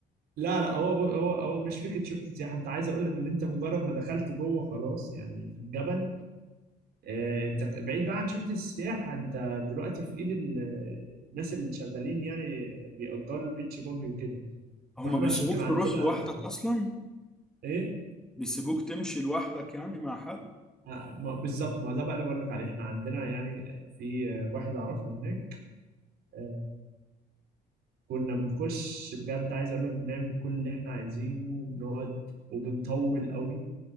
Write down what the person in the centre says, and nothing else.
هما
بيسيبوك
تروح لوحدك اصلا
بيسيبوك تمشي لوحدك يعني مع حد